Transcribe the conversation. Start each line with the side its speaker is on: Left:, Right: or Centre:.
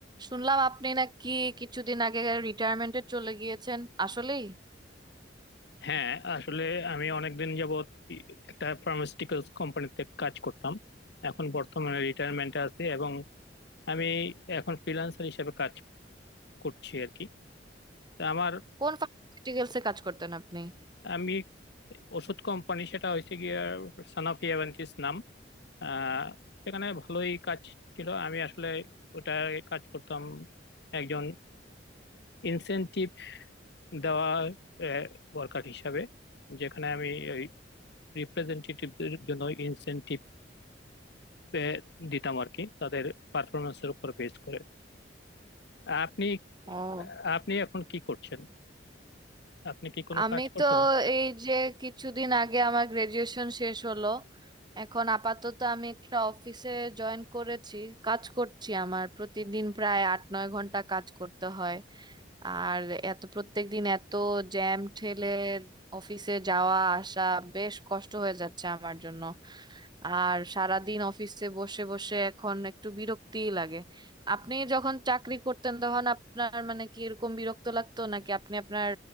Right: শুনলাম আপনি নাকি কিছুদিন আগে রিটায়ারমেন্টে চলে গিয়েছেন আসলেই
Left: হ্যাঁ আসলে আমি অনেকদিন যাবৎ একটা ফার্মাসিউটিক্যালস কোম্পানিতে কাজ করতাম এখন বর্তমানে রিটায়ারমেন্টে আছি এবং আমি এখন ফ্রিল্যান্সার হিসেবে কাজ করছি আর কি তা আমার
Right: কোন ফার্মাসিউটিক্যালসে কাজ করতেন আপনি
Left: আমি ওষুধ কোম্পানি সেটা হয়েছে গিয়ে সানাফি অ্যাভেন্টিস নাম আহ সেখানে ভালোই কাজ ছিল আমি আসলে ওটা কাজ করতাম একজন ইনসেনটিভ দেওয়া ওয়ার্কার হিসাবে যেখানে আমি ওই রিপ্রেজেন্টেটিভদের জন্য ইনসেনটিভ পে- দিতাম আর কি তাদের পারফরমেন্সের উপর বেস করে আপনি
Right: ও
Left: আপনি এখন কি করছেন আপনি কি কোনো
Right: আমি
Left: কাজ করছেন
Right: তো এই যে কিছুদিন আগে আমার গ্রাজুয়েশন শেষ হলো এখন আপাতত আমি একটা অফিসে জয়েন করেছি কাজ করছি আমার প্রতিদিন প্রায় আট নয় ঘন্টা কাজ করতে হয় আর এত প্রত্যেক দিন এত জ্যাম ঠেলে অফিসে যাওয়া আসা বেশ কষ্ট হয়ে যাচ্ছে আমার জন্য আর সারাদিন অফিসে বসে বসে এখন একটু বিরক্তিই লাগে আপনি যখন চাকরি করতেন তখন আপনার মানে কি এরকম বিরক্ত লাগতো নাকি আপনি আপনার